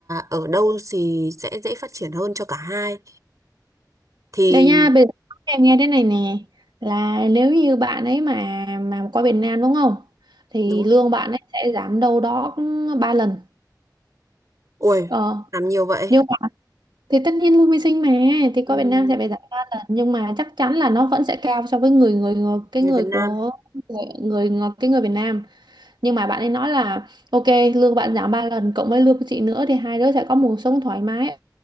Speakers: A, on the right; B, on the right.
A: ở đâu thì sẽ dễ phát triển hơn cho cả hai. Thì
B: Đây nha, bây giờ em nghe thế này nè là nếu như bạn ấy mà mà qua Việt Nam đúng không thì
A: đúng.
B: lương bạn ấy sẽ giảm đâu đó ba lần
A: ui
B: ờ
A: làm nhiều vậy.
B: nhưng mà thì tất nhiên lương vi sinh mà thì
A: Ừm,
B: qua Việt Nam sẽ phải giảm ba lần nhưng mà chắc chắn là nó vẫn sẽ cao so với người người, người cái
A: người
B: người
A: Việt Nam,
B: của người, người cái người Việt Nam nhưng mà bạn ấy nói là ok lương bạn giảm ba lần cộng với lương của chị nữa thì hai đứa sẽ có một cuộc sống thoải mái